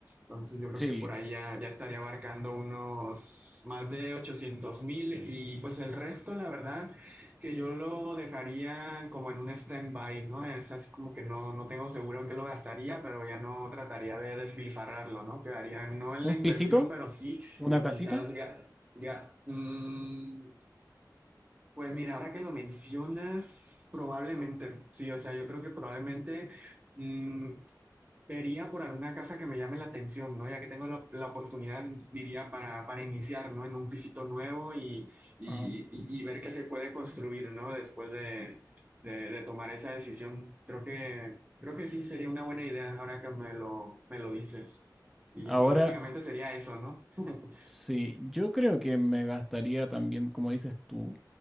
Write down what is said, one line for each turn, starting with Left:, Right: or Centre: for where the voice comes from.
Right: Entonces yo creo
Centre: Sí,
Right: que por ahí ya, ya estaría abarcando unos más de ochocientos mil y pues el resto, la verdad, que yo lo dejaría como en un stand-by, ¿no? Es así como que no, no tengo seguro en qué lo gastaría, pero ya no trataría de despilfarrarlo, ¿no? Quedaría no en
Centre: un
Right: la inversión,
Centre: pisito,
Right: pero sí
Centre: una
Right: en
Centre: casita.
Right: quizás... ga- ga- mm, pues mira, ahora que lo mencionas, probablemente, sí, o sea, yo creo que probablemente... mm, Vería por alguna casa que me llame la atención, ¿no? Ya que tengo la, la oportunidad, diría, para, para iniciar, ¿no? En un pisito nuevo y, y-
Centre: Ajá.
Right: y- y ver qué se puede construir, ¿no? Después de, de- de tomar esa decisión. Creo que, creo que sí sería una buena idea ahora que me lo, me lo dices. Y
Centre: Ahora,
Right: pues básicamente sería eso, ¿no? <laughs>
Centre: Sí, yo creo que me gastaría también, como dices tú,